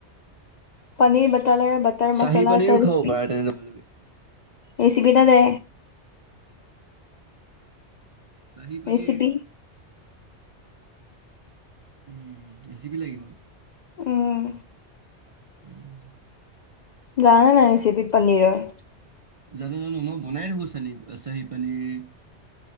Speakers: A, on the left (about 60°); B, on the right (about 45°).
A: পানীৰ ব পনীৰ বাটাৰ
B: চাহী
A: মচালা
B: পনীৰো
A: এটা
B: খাব
A: ৰেচিপি
B: পাৰা তেনে তোমালোকে
A: ৰেচিপি এটা দে
B: <inaudible> চাহিৰ পনীৰ
A: ৰেচিপি
B: উম ৰেচিপি লাগিব
A: উম
B: উম
A: যানে নাই ৰেচিপি পনীৰৰ
B: জানো জানো মই বনাই থাকো চাহি পনীৰ